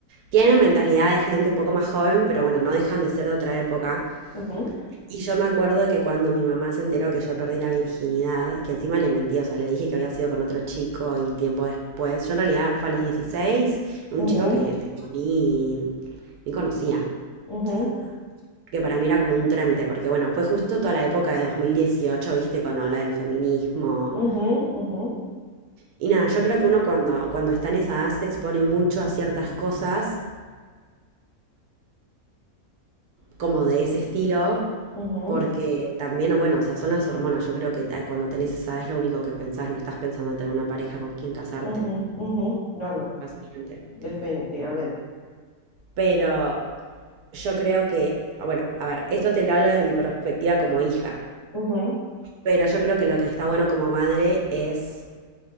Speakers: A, on the right; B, on the left.
A: tienen mentalidad de gente un poco más joven, pero bueno, no dejan de ser de otra época.
B: ujú,
A: Y yo me acuerdo que cuando mi mamá se enteró que yo perdí la virginidad, que encima le mentí, o sea, le dije que había sido con otro chico y tiempo después, yo en realidad fue a los 16, un
B: ujú,
A: chico que ni, ni conocía.
B: ujú,
A: O sea, que para mí era como un trámite, porque bueno, fue justo toda la época de 2018, viste, con la ola del feminismo.
B: ujú, ujú,
A: Y nada, yo creo que uno cuando, cuando está en esa edad se expone mucho a ciertas cosas como de ese estilo,
B: ujú,
A: porque también, bueno, o sea, son las hormonas. Yo creo que ah, cuando tenés esa edad es lo único que pensás, no estás pensando en tener una pareja con quien casarte,
B: ujú, ujú. No, no,
A: básicamente.
B: definitivamente.
A: Pero yo creo que, bueno, a ver, esto te lo hablo desde mi perspectiva como hija,
B: Ujú,
A: pero yo creo que lo que está bueno como madre es